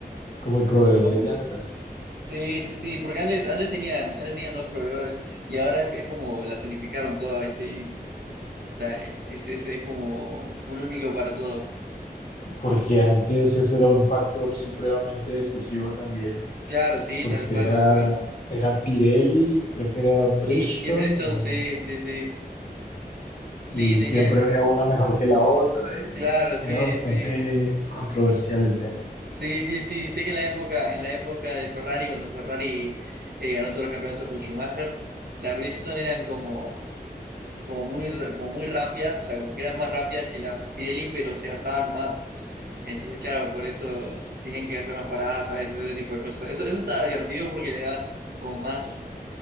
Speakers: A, on the left; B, on the right.
A: como el proveedor
B: Como,
A: de llantas,
B: sí, sí, sí, porque antes, antes tenían, antes tenían dos proveedores y ahora es, es como las unificaron todas, ¿viste? Y ta- es, es, es- es como un único para todos.
A: porque antes ese era un factor supremamente decisivo también,
B: Claro, sí,
A: porque
B: tal cual,
A: era,
B: tal cual.
A: era Pirelli, creo que era Bridgestone
B: Y, y Bridgestone,
A: o
B: sí, sí, sí. Sí,
A: y
B: tenían,
A: siempre había una mejor que la otra y
B: claro, sí,
A: era bastante
B: sí.
A: controversial el tema.
B: Sí, sí, sí. Sé que en la época, en la época de Ferrari, cuando Ferrari eh, ganó todos los campeonatos con Schumacher, las Bridgestone eran como como muy, r- como muy rápidas, o sea, como que eran más rápidas que las Pirelli, pero se gastaban más. Entonces, claro, por eso tenían que hacer unas paradas a veces, ese tipo de cosas. Eso, eso está divertido porque le da como más,